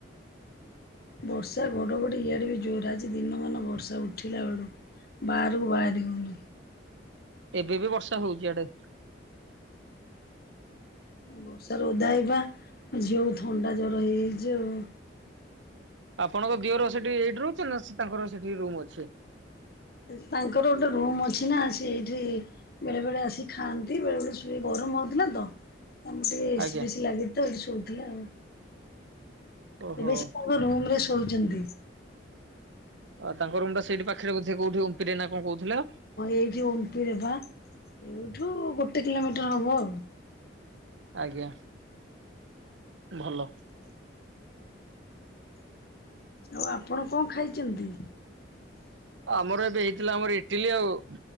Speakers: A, on the left; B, on the right.
A: ବର୍ଷା ଘଡ଼ଘଡି ଇଆଡ ବି ଜୋର ଆଜି ଦିନମାନ ବର୍ଷା ଉଠିଲା ବେଳୁ। ବାରୁ ବାହାରି ହଉନି।
B: ଏବେ ବି ବର୍ଷା ହଉଛି ଆଡେ।
A: ବର୍ଷା ର ଓଦା ହେଇ ପା ଝିଅକୁ ଥଣ୍ଡା ଜ୍ବର ହେଇଯାଇଛି ଆଉ।
B: ଆପଣଙ୍କ ଦିଅର ସେଠି ଏଇଠ ରହୁଛି ନା ତାଙ୍କର ସେଠି ରୁମ୍ ଅଛି।
A: ତାଙ୍କର ଗୋଟେ ରୁମ ଅଛି ନା ସେଇଠି ବେଳେ ବେଳେ ଆସି ଖାଆନ୍ତି ବେଳେ ବେଳେ ଶୁ ଗରମ ହଉଥିଲା ତ। ଆମ ଟିକେ ଏସି
B: ଆଜ୍ଞା
A: ଫେସି ଲାଗି ତ ଏଠି ଶଉଥିଲା ଆଉ
B: ଓହୋ।
A: ବେଶ ରୁମରେ ଶୋଇଛନ୍ତି।
B: ଆ ତାଙ୍କ ରୁମ ଟା ସେଇଠି ପାଖରେ ବୋଧେ କୋଉଠି ଓପରେ ନା କଣ କହୁଥିଲେ?
A: ହଁ ଏଇଠି ଓପେରେ ପା ଏଇଠୁ ଗୋଟେ କିଲୋମିଟର ହବ ଆଉ।
B: ଆଜ୍ଞା ଭଲ
A: ଆଉ ଆପଣ କଣ ଖାଇଛନ୍ତି?
B: ଆମର ଏବେ ହେଇଥିଲା ଆମର ଇଟିଲି ଆଉ